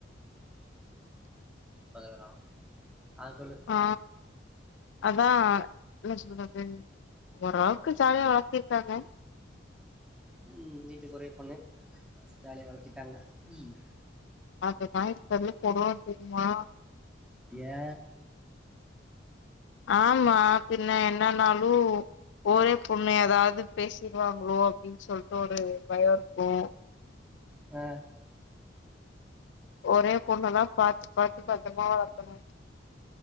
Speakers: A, in the centre; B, on the left.
A: பதில காணோ அத சொல்லு
B: ஆ அதா என்ன சொல்றது ஓரளவுக்கு ஜாலியா வளத்திர்க்காங்க
A: ம் வீட்டுக்கு ஒரே பொண்ணு ஜாலியா வளத்திட்டாங்க ம்
B: <inaudible> கொடுவாங்க தெரியுமா
A: ஏ
B: ஆமா பின்ன என்னன்னாலு ஒரே பொண்ணு எதாவ்து பேசிர்வாங்ளோ அப்டின் சொல்ட்டு ஒரு பயோ இருக்கு
A: ஆ
B: ஒரே பொண்ணதா பாத்து பாத்து பத்தரமா வளக்கணு